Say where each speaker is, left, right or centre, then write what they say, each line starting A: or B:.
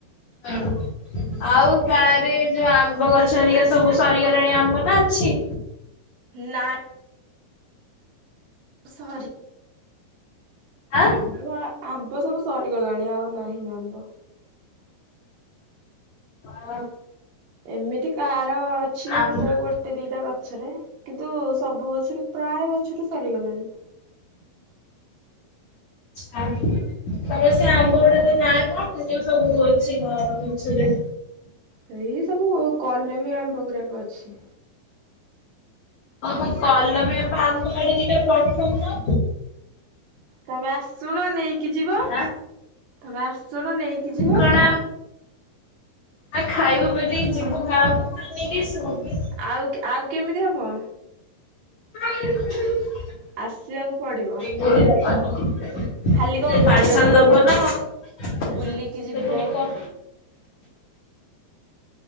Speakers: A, on the left; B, on the right.
A: ହୁଁ ଆଉ ଗାଁ ରେ ଯୋଉ ଆମ୍ବ ଗଛ ହରିକା ସବୁ ସରିଗଲାଣି ଆମ୍ବ ନା ଅଛି?
B: ନାଇଁ ସରି
A: ଆଁ
B: ଆମ୍ବ ଆମ୍ବ ସବୁ ସରିଗଲାଣି ଆଉ ନାହିଁ ଆମ୍ବ।
A: ହଁ
B: ଏମିତି କାର ଅଛି କୋଉ
A: ଆଚ୍ଛା
B: ଗୋଟେ ଗୋଟେ ଦିଟା ଗଛରେ କିନ୍ତୁ ସବୁ ଗଛରୁ ପ୍ରାୟ ଗଛରୁ ସରିଗଲାଣି।
A: ଆ ତମର ସେ ଆମ୍ବ ଗୁଡାକ ନାଏଁ କଣ ଯେ ସବୁ ଅଛି ମା ଗଛରେ?
B: ସେଇ ସବୁ କଲେମୀ ଆମ୍ବ ଗୁରାକ ଅଛି।
A: ଅହ କଲମୀ ଆମ ଆମ ଆଡି ଦିଟା ପଠୋଉନ?
B: ତମେ ଆସୁନ ନେଇକି ଯିବ
A: ଆଁ।
B: ତମେ ଆସୁନ ନେଇକି ଯିବ।
A: କଣ ଆ ଖାଇବୁ ବୋଲି ଯିବୁ ଗାଁକୁ ନେଇକି ଆସିବୁକି?
B: ଆଉ ଆଉ କେମିତି ହବ।
A: <inaudible>
B: ଆସିବାକୁ ପଡିବ?
A: ବରପ <unintelligible>
B: ଖାଲି କଣ
A: ସେ
B: ଖାଇବାକୁ
A: ପାର୍ସଲ
B: ଆସିବ
A: ଦବ
B: କି
A: ନା ଆଉ ସେ
B: ବୁଲିକି ଯିବ।
A: ପୁଣି କ